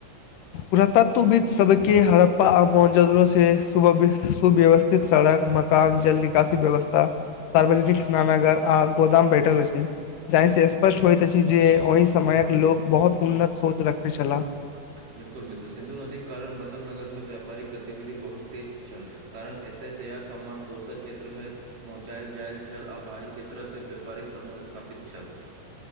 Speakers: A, on the left (about 80°); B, on the right (about 75°).
A: पुरातत्व बीच सभके हड़प्पा आ मोहनजोदड़ो से सुव्यवि सुव्यवस्- थित सड़क, मकान, जल निकासी व्यवस्था सार्वजनिक स्नानागार आ गोदाम भेटल अछि। जाहिसँ स्पष्ट होइत अछि, जे ओहि समयक लोक बहुत उन्नत सोच रखैत छलाह।
B: बिल्कुल मित्र, सिन्धु नदीक कारण बसंत नगरमे व्यापारिक गतिविधि बहुत तेज छल। कारण एतय तैयार सामान दोसर क्षेत्रमे पहुँचायल जायल छल आ बाहरी क्षेत्रसँ व्यापारिक सम्बन्ध स्थापित छल।